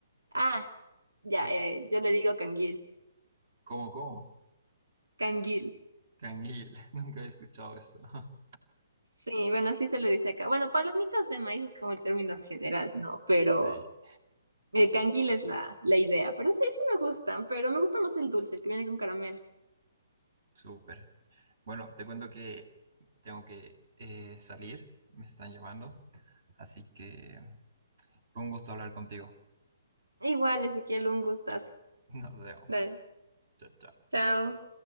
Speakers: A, on the right; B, on the right.
A: Ah, ya, ya, yo le digo canguil.
B: ¿Cómo, cómo?
A: Canguil.
B: Canguil, <laughs> nunca he escuchado eso. <laughs>
A: Sí, bueno, así se le dice acá. Bueno, palomitas de maíz es como el término general, ¿no? Pero
B: Sí,
A: el canguil es la, la idea. Pero sí, sí me gustan, pero me gusta más el dulce, el que viene con caramelo.
B: súper. Bueno, te cuento que tengo que eh, salir, me están llamando, así que fue un gusto hablar contigo.
A: Igual, Ezequiel, un gustazo.
B: <laughs> Nos vemos.
A: Dale,
B: Chao, chao.
A: chao.